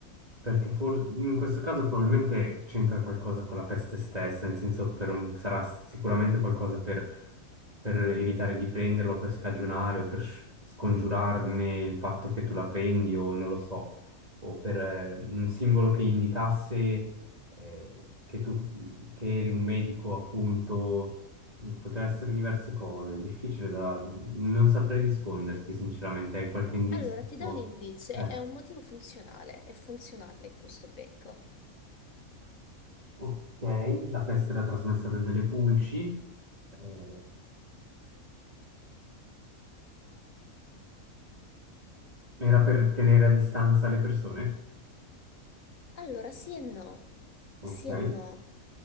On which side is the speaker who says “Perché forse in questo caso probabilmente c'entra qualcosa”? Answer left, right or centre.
Right